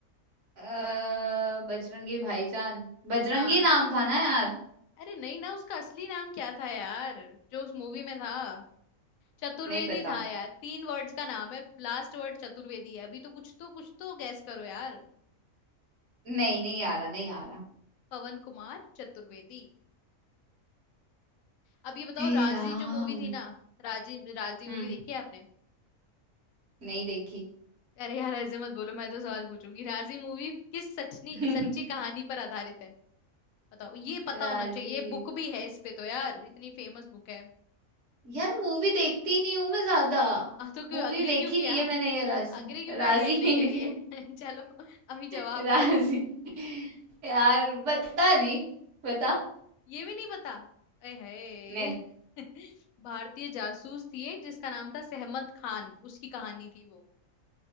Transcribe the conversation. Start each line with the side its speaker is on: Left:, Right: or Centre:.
Right: अ, बजरंगी भाईजान बजरंगी
Left: हाँ
Right: नाम था ना यार
Left: अरे नहीं ना उसका असली नाम क्या था यार जो उस मूवी में था चतुर्वेदी
Right: नहीं पता
Left: था यार तीन वर्ड्स का नाम है लास्ट वर्ड चतुर्वेदी है अभी तो कुछ तो कुछ तो गैस करो यार
Right: नहीं नहीं आ रहा नहीं आ रहा
Left: पवन कुमार चतुर्वेदी अब ये बताओ
Right: हे
Left: राजी
Right: राम
Left: जो मूवी थी ना राजी राजी मूवी
Right: हम्म
Left: देखी है आपने
Right: नहीं देखी
Left: अरे यार ऐसे मत बोलो मैं तो सवाल पूछूंगी राजी मूवी किस सचनी
Right: <laughs>
Left: सच्ची कहानी पर आधारित है बताओ ये पता
Right: राजी
Left: होना चाहिए बुक भी है इस पे तो यार इतनी फेमस बुक है
Right: यार मूवी देखती नहीं हूँ मैं ज्यादा
Left: आ तो क्यों
Right: मूवी
Left: अग्री
Right: देखी
Left: क्यों किया
Right: नहीं है मैंने ये राशि
Left: अग्री क्यों
Right: राजी
Left: किया खेलने
Right: नहीं
Left: के
Right: देखी
Left: लिए <laughs> चलो अभी जवाब
Right: <laughs> राजी
Left: दो
Right: यार पता नहीं बता
Left: ये भी नहीं पता ए है
Right: नहीं
Left: <laughs> भारतीय जासूस थी एक जिसका नाम था सहमत खान उसकी कहानी थी वो